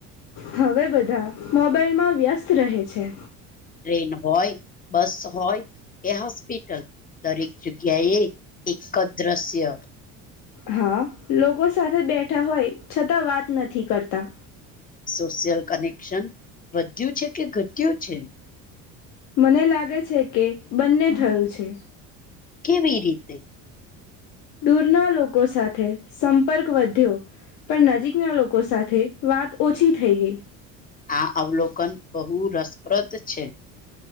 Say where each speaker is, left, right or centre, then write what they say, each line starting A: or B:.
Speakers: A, on the left; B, on the left.
A: હવે બધા મોબાઈલમાં વ્યસ્ત રહે છે.
B: ટ્રેન હોય બસ હોય કે હોસ્પિટલ દરેક જગ્યા એ એક દ્રશ્ય
A: હા લોકો સાથે બેઠા હોય છતાં વાત નથી કરતા.
B: સોશિયલ કનેક્શન વધ્યું છે કે ઘટ્યું છે.
A: મને લાગે છે કે બંને થયું છે.
B: કેવી રીતે?
A: દૂરના લોકો સાથે સંપર્ક વધ્યો. પણ નજીકના લોકો સાથે વાત ઓછી થઈ ગઈ.
B: આ અવલોકન બહુ રસપ્રદ છે.